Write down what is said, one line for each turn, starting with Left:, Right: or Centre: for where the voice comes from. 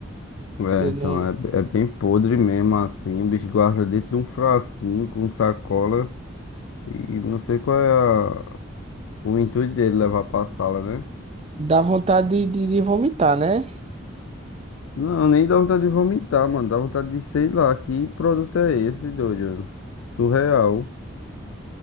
Left: É,
Right: Eu
Left: então
Right: não
Left: é, é bem podre mesmo assim. O bicho guarda dentro de um frasquinho com sacola. E não sei qual é a- o intuito dele levar pra sala, né?
Right: dá vontade de, de, de vomitar, né?
Left: Não, nem dá vontade de vomitar, mano. Dá vontade de, sei lá, que produto é esse, doido? Surreal.